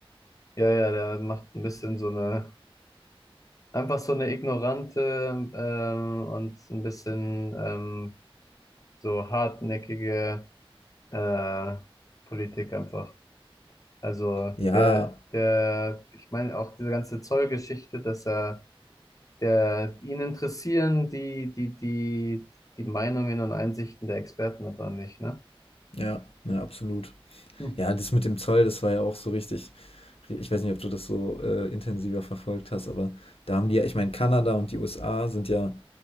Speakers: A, on the left; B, on the left.
A: ja, ja, der macht ein bisschen so eine, einfach so eine ignorante ähm, und ein bisschen ähm, so hartnäckige äh, Politik einfach. Also
B: Ja,
A: der, der, ich meine auch diese ganze Zollgeschichte, dass er, der, ihn interessieren die, die, die, die Meinungen und Einsichten der Experten aber nicht, ne?
B: ja, ja, absolut.
A: Hm.
B: Ja, das mit dem Zoll, das war ja auch so richtig. Ich weiß nicht, ob du das so äh, intensiver verfolgt hast, aber da haben die ja, ich meine, Kanada und die USA sind ja